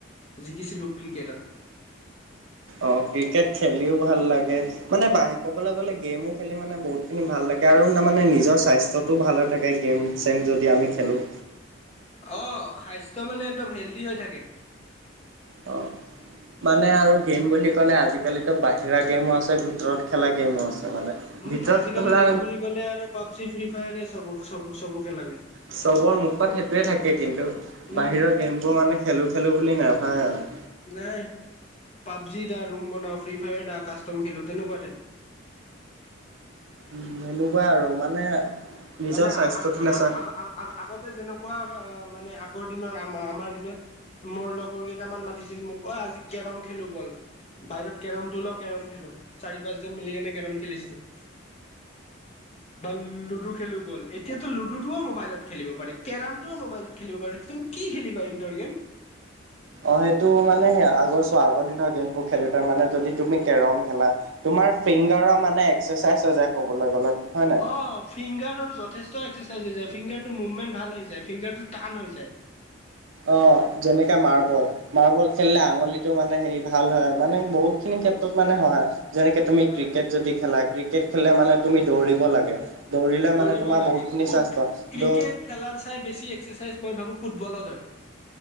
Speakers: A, on the left; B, on the right.
A: জিকিছিলো ক্ৰিকেটত।
B: অ, ক্ৰিকেট খেলিও ভাল লাগে। মানে ব ক'বলৈ গ'লে গেমো খেলি মানে বহুতখিনি ভাল লাগে আৰু তাৰ মানে নিজৰ স্বাস্থ্যটোও ভাল হৈ থাকে। গেম চেম যদি আমি খেলোঁ।
A: অ, স্বাস্থ্য মানে একদম হেল্ডি হৈ থাকে।
B: অ', মানে আৰু গেম বুলি ক'লে আজিকালিতো বাহিৰা গেমো আছে ভিতৰত খেলা গেমো আছে মানে।
A: উম,
B: ভিতৰত
A: আজিকালি
B: খেলা
A: গেম বুলি ক'লে আৰু পাবজি ফ্ৰী ফায়াৰে চব-চবকে লাগে।
B: চবৰ মুখত সেইটোৱে থাকে কিন্তু
A: উম
B: বাহিৰৰ গেমবোৰ মানে খেলো-খেলো বুলি নাভায় আৰু।
A: নাই পাবজি আহ ৰুম বনাও ফ্ৰী ফায়াৰ আহ কাষ্টম খেলো তেনেকুৱা টাইপ।
B: উম, এনেকুৱা আৰু মানে। নিজৰ
A: মানে
B: স্বাস্থ্যটো
A: আগ,
B: নাচা
A: আগ, আগ আ, আগতে যেনেকুৱা মানে আগৰ দিনৰ আম-আমাৰ দিনত। মোৰ লগৰ কেইটামান মাতিছিল মোক অ, আজি কেৰম খেলো বল। বাহিৰত কেৰমটো লও কেৰম খেলো চাৰি পাঁচজন মিলি কেনে কেৰম খেলিছিলো। বা লুডু খেলো গল এতিয়াতো লুডুটো মোবাইলত খেলিব পাৰি, কেৰমটোও মোবাইলত খেলিব পাৰি। কি খেলিবা ইনডৰ গে'ম?
B: অ, সেইটো মানে সেই আগৰ চ আগৰ দিনৰ গেমবোৰ খেলো তাৰ মানে যদি তুমি কেৰম খেলা। তোমাৰ ফিংগাৰৰ মানে এক্সাৰচাইজ হৈ যে কবলে গ'লে। হয় নাই
A: অ, ফিংগাৰৰ যথেষ্ট এক্সাৰচাইজ হৈ য ফিংগাৰ টো মুভমেণ্ট ভাল হৈছে ফিংগাৰটো টান হৈ যায়।
B: অ, যেনেকাে মাৰ্বল-মাৰ্বল খেলিলে আঙুলিটো মানে হেৰি ভাল হয় মানে বহুত খিনি ক্ষেত্ৰত মানে সহায় যেনেকে তুমি
A: হয়
B: ক্ৰিকেট যদি খেলা। ক্ৰিকেট খেলিলে মানে তুমি দৌৰিব লাগে দৌৰিলে
A: দৌৰিব
B: মানে তোমাৰ
A: লাগে
B: বহুতখিনি
A: ফুট
B: স্বাস্থ্য
A: ক্ৰিকেট
B: দৌ
A: খেলাৰ চাই বেছি এক্সেচাইজ মই ভাবো ফুটবলত হয়।